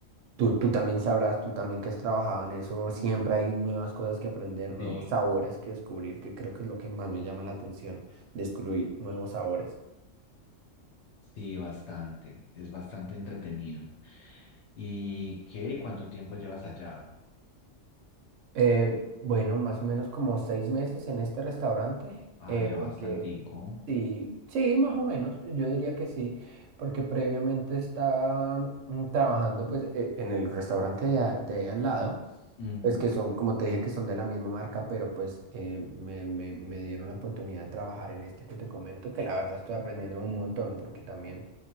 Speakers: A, on the right; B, on the left.
A: Tú, tú también sabrás, tú también que has trabajado en eso, siempre hay nuevas cosas que aprender, nuevos
B: Sí.
A: sabores que descubrir, que creo que es lo que más me llama la atención, descubrir nuevos sabores.
B: Sí, bastante. Es bastante entretenido. ¿Y qué? ¿Y cuánto tiempo llevas allá?
A: Eh, bueno, más o menos como seis meses en este restaurante, eh,
B: Ah, ya
A: porque
B: bastantico.
A: Sí, sí, más o menos, yo diría que sí, porque previamente estaba mm, trabajando pues e- en el restaurante de, a- de al lado,
B: Ujú,
A: pues que son, como te dije, que son de la misma marca, pero pues eh, me, me, me dieron la oportunidad de trabajar en este que te comento, que la verdad estoy aprendiendo un montón, porque también